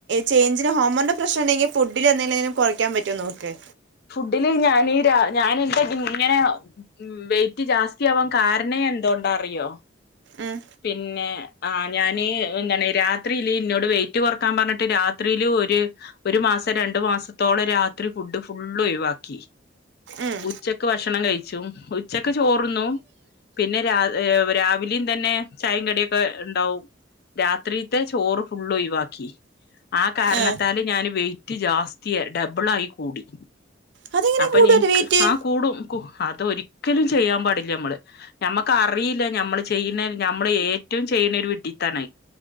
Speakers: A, on the right; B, on the left.
A: ചേഞ്ചന് ഹോമോൺ പ്രശ്നണ്ടെങ്കി ഫുഡിൽ എന്തിലേലും കൊറക്കാൻ പറ്റോ നോക്ക്
B: ഫുഡില് ഞനീ രാ ഞാന് എന്താട്ടും ഇങ്ങനെ വെയിറ്റ് ജാസ്തിയാവാൻ കാര്ണേ എന്തോണ്ടാ അറിയോ
A: ഉം
B: പിന്നെ ആ ഞാന് എന്താണ് രാത്രില്ലീന്നോട് വെയിറ്റ് കൊറക്കാൻ പർഞ്ഞിട്ട് രാത്രീല് ഒരു ഒരു മാസം രണ്ടു മാസത്തോളം രാത്രി ഫുഡ് ഫുള്ള് ഒയുവാക്കി
A: ഉം
B: ഉച്ചക്ക് ഭക്ഷണം കയിച്ചും ഉച്ചക്ക് ചോറിന്നും പിന്നെ രാ ഏ രാവിലിം തന്നെ ചായിം കടിയൊക്കെ ഇണ്ടാവും രാത്രീത്തെ ചോറ് ഫുള്ള് ഒയിവാക്കി ആ കാരണത്താൽ
A: ഏഹ്
B: ഞാൻ വെയിറ്റ് ജാസ്തി ഡബിൾ ആയി കൂടി
A: അതെങ്ങനെ
B: അപ്പൊ
A: കൂടുമല്ലോ
B: നിൻക്ക്
A: വെയിറ്റ്
B: ആ കൂടും കു അതൊരിക്കലും ചെയ്യാൻ പാടില്ലമ്മള് ഞമ്മക്കർ റീല്ല ഞമ്മള് ചെയ്യുന്ന ഞമ്മള് ഏറ്റോം ചെയ്യുന്നൊര് വിഡിത്താണ